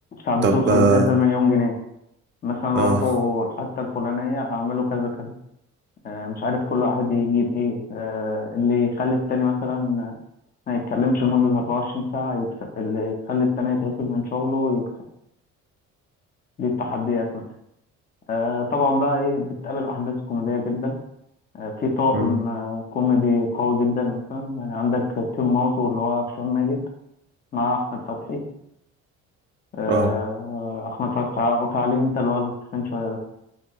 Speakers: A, on the left (about 30°); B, on the right (about 40°).
A: ساعات بتوصل
B: طب اه
A: الجائزة المليون جنيه مثلا روحوا
B: اه
A: الحتة الفلانية اعملوا كذا كذا آه، مش عارف كل واحد يجيب ايه آه، اللي يخلي التاني مثلا ما يتكلمش لمدة 24 ساعة يكسب اللي يخلي التاني يترفد من شغله يكسب دي التحديات مثلا آه، طبعا بقى ايه بتقابل احداث كوميدية جدا آه، في طاقم
B: امم
A: آه، كوميدي قوي جدا مثلا يعني عندك تيم مازو اللي هو هشام ماجد مع احمد فتحي آه،
B: اه
A: احمد فتحي قطع عليه انت اللي هو تخين شوية ده